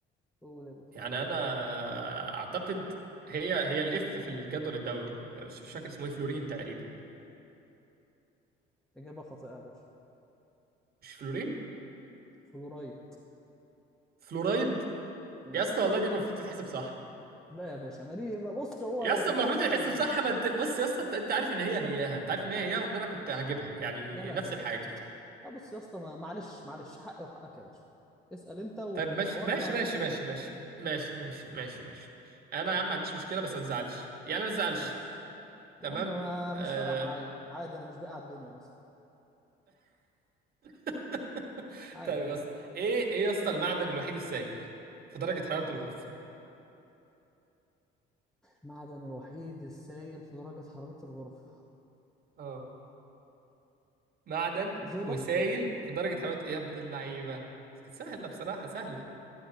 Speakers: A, in the centre; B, on the right.
A: قول يا باشا
B: يعني انا اعتقد هي هي الاف في الجدول الدوري مش مش فاكر اسمه ايه فلورين تقريبا
A: إجابة خاطئة يا باشا
B: مش فلورين
A: فلورايد
B: فلورايد
A: امم
B: يا اسطى والله دي المفروض تتحسب صح
A: لا يا باشا ما دي ما بص هو
B: يا
A: يا
B: اسطى
A: تتقال
B: المفروض
A: صح
B: الحزب
A: يا غلط
B: صح ما انت بص يا اسطى انت انت عارف ان هي هياها انت عارف ان هي هياها وان انا كنت هجيبها
A: لا لا
B: يعني
A: لا لا
B: نفس
A: يا باشا
B: الحاجه
A: لا بص يا اسطى ما- معلش معلش حقي وحقك يا باشا اسأل انت و...
B: طيب ماشي
A: وانا
B: ماشي
A: ما
B: ماشي ماشي ماشي
A: آه،
B: ماشي ماشي ماشي ماشي ماشي انا
A: ماشي
B: يا عم ما عنديش مشكله بس ما تزعلش يعني ما تزعلش
A: ماشي يا
B: تمام
A: عم ما مش
B: آه...
A: فارقة معايا عادي انا مش باقي على الدنيا اصلا
B: <laughs>
A: عادي
B: طيب يا اسطى ايه ايه يا اسطى المعدن الوحيد السائل في درجه حراره الغرفه
A: المعدن الوحيد السائل في درجة حرارة الغرفة
B: اه معدن
A: زئبق
B: وسائل في درجه حراره يا ابن اللعيبه بس كانت سهله بصراحه سهله